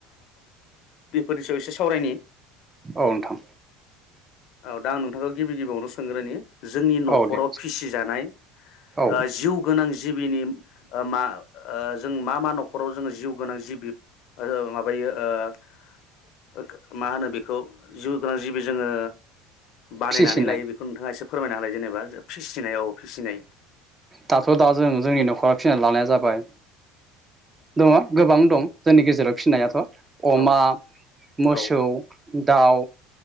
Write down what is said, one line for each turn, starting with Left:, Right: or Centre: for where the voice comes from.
Left: बेफोरनि सायाव एसे सावरायनि
Right: औ नोंथां
Left: औ दा आं नोनथांखौ गिबि गिबियावनो स हांग्रानि जोंनि न'खराव
Right: औ दे
Left: फिसिजानाय
Right: औ
Left: ओ जिउ गोनां दिम ओ मा ओ जों मा मा न'खराव जोङो जिउ गोनां जिबिब ओ माबायो ओ मा होनो बेखौ जिउ गोनां जिबि जोङो बानायनानै
Right: फिसिनाय
Left: लायो बेखौ नोंथाङा एसेब फोरमायना हालाय जेनेबा फिसिनाय औ फिसिनाय
Right: दाथ' दा जों जोंनि न'खराव फिनानै लानाया जाबाय दङ गोबां दं जोंनि गेजेराव फिसिनायाथ अमा
Left: औ
Right: मोसौ
Left: औ
Right: दाउ